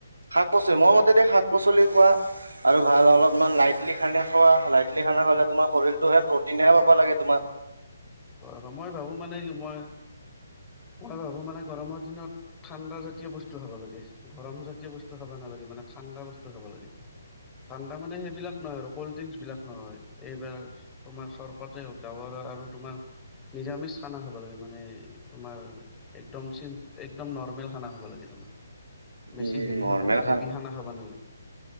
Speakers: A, on the right; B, on the left.
A: শাক পাচলি মোৰ মতেদি শাক পাচ পাচলি পৰা আৰু ভাল অলপমান লাইটলি খানা খোৱা লাইটলি খানা খালে তোমাৰ শৰীৰতটোহে প্ৰ'টিনহে পাব লাগে তোমাক
B: হয় মই ভাবোঁ মানে মই, মই ভাবো মানে গৰমৰ দিনত ঠাণ্ডা জাতীয় বস্ তু খাব লাগে। গৰম জাতীয় বস্তু খাব নালাগে মানে ঠাণ্ডা বস্তু খাবা লাগে। ঠাণ্ডা মানে সেইবিলাক নহয় আৰু কল্ড ড্ৰিংকচ বিলাক নহয়। এইবাৰ তোমাৰ চৰপতে হওক ডাৱৰৰ আৰু তোমাৰ নিৰামিচ খানা খাবা লাগে মানে এই তোমাৰ একদম চিম একদম নৰ্মেল খানা হ'ব লাগে তোমাৰ। বেছি
A: উম
B: হেৰি
A: নৰ্মেল
B: খাব হেভি খানা খাবা নাল